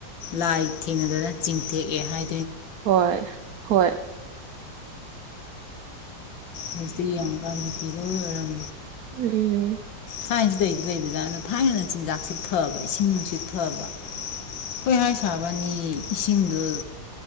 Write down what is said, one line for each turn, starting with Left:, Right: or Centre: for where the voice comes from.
Left: ꯂꯥꯏ ꯊꯦꯡꯅꯗꯅ ꯆꯤꯡꯊꯦꯛꯑꯦ ꯍꯥꯏ
Right: ꯍꯣꯏ ꯍꯣꯏ
Left: ꯍꯧꯖꯤꯛꯇꯤ ꯌꯦꯡꯉꯨꯀꯥꯟꯗꯤ ꯕꯤꯄꯤ ꯂꯣꯏ ꯑꯣꯏꯔꯝ
Right: <unintelligible>
Left: ꯊꯥꯏꯅꯁꯤ ꯂꯩꯗꯤ ꯂꯩꯕꯖꯥꯠ ꯅꯤ ꯊꯥꯏꯟ ꯅ ꯆꯤꯟꯖꯥꯛꯁꯤ ꯐꯕ ꯏꯁꯤꯡ ꯅꯨꯡꯁꯤꯠ ꯐꯕ ꯍꯣꯏ ꯍꯥꯏ ꯁꯥꯕꯅꯤ ꯏ ꯏꯁꯤꯡꯗꯨ